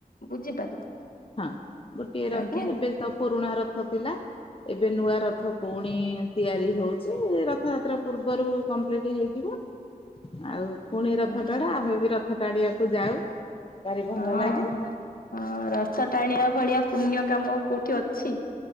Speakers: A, on the left; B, on the left.
A: ବୁଝିପାରିଲି
B: ହଁ ଗୋଟିଏ ରଥ
A: ଆଜ୍ଞା
B: ଏବେ ସବୁ ପୁରୁଣା ରଥ ଥିଲା। ଏବେ ନୂଆ ରଥ ପୁଣି ତିଆରି ହଉଚି, ରଥଯାତ୍ରା ପୂର୍ବରୁ କମ୍ପ୍ଲିଟ ହେଇଯିବ। ଆଉ ପୁଣି ରଥ
A: ହଁ
B: ଟଣା ଆମେ ବି ରଥ ଟାଣିବାକୁ ଯାଉ। ଭାରି ଭଲ
A: ହଁ
B: ଲାଗେ।
A: ହଁ ରଥ ଟାଣିବା ଭଳିଆ ପୁଣ୍ୟ କାମ କୋଉଠି ଅଛି?